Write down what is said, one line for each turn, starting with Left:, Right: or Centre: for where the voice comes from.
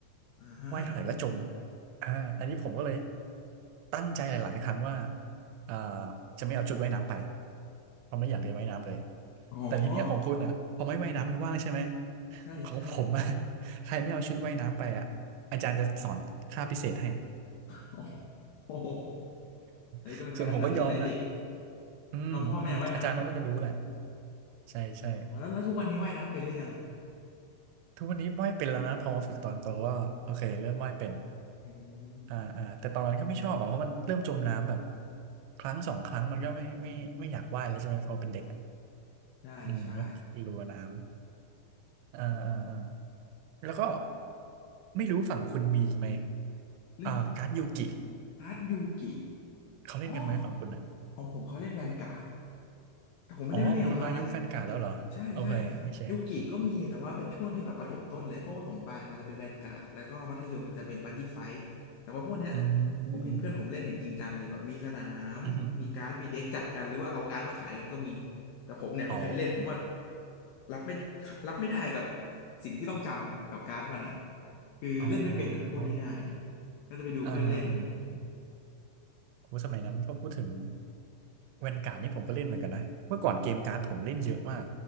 Left: อ่าฮะ
Right: ว่ายเท่าไหร่ก็จมอ่าอันนี้ผมก็เลยตั้งใจหลายๆครั้งว่าอ่าจะไม่เอาชุดว่ายน้ำไปเพราะไม่อยากเรียนว่ายน้ำเลย
Left: อ๋อ
Right: แต่ทีเนี้ยของคุณอ่ะพอไม่ว่ายน้ำมันว่างใช่ไหม
Left: ใช่ใช่
Right: ของผมอ่ะใครไม่เอาชุดว่ายน้ำไปอ่ะอาจารย์จะสอนค่าพิเศษให้
Left: โอ้โห อันนี้ก็เป็นการดัดนิสัยเด็ก
Right: <laughs> ส่วนผมก็ยอมนะอืมอืมอาจารย์เขาน่าจะรู้แหละ
Left: เอาเพราะว่าไม่อยากว่ายน้
Right: ใช่ใช่
Left: ำอ๋อแล้วแล้วทุกวันนี้ว่ายน้ำเป็นหรือยัง
Right: ทุกวันนี้ว่ายเป็นแล้วนะพอมาฝึกตอนโตก็โอเคเริ่มว่ายเป็น
Left: อืม
Right: อ่าอ่าแต่ตอนนั้นก็ไม่ชอบอะเพราะมันเริ่มจมน้ำแบบครั้งสองครั้งมันก็ไม่ไม่ไม่อยากว่ายเลยใช่ไหมพอเป็นเด็กอะ
Left: ใช่ใช่
Right: อืมก็กลัวน้ำอ่าอ่าอ่าแล้วก็ไม่รู้ฝั่งคุณมีอีกไหม
Left: เรื่อง
Right: อ่าการ์ดยูกิ
Left: การ์ดยูกิ
Right: เขาเล่นกันไหมฝั่งคุณอ่ะ
Left: อ๋อของผมเขาเล่นแวนการ์ด แต่ผมไม่ได้ไปเล่นกับเขานะ
Right: อ๋อของคุณมายุคแฟนการ์ดแล้วเหรอโอเคโอเค
Left: ใช่ใช่ยุกิก็มีแต่ว่าเป็นช่วงที่แบบประถมต้นเลยเพวกประถมปลายมาจะเป็นแวนการ์ดแล้วก็มัธยมมันจะเป็นบัดดี้ไฟท์แต่ว่าพวกเนี้ย
Right: อื
Left: ผมเห็นเพื่อนผมเล่นอย่างจริงจังเลยแบบมีสนามมีการ์ดมีเด็กจัดกันหรือว่าเอาการ์ดมาขายกันก็มี
Right: มอือหือ
Left: แต่ผมเนี่ยไม่เคยเล่นเพราะว่า
Right: อ๋อ
Left: รับไม่รับไม่ได้กับสิ่งที่ต้องจำกับการ์ดมันอ่ะคือเล่นไม่เป็นอ่ะพูดง่ายๆก็จะไปดูเพื่อนเล่น
Right: อ๋ออ่าฮะอ่าฮะ โหสมัยนั้นถ้าพูดถึงแวนการ์ดนี่ผมก็เล่นเหมือนกันนะเมื่อก่อนเกมการ์ดผมเล่นเยอะมาก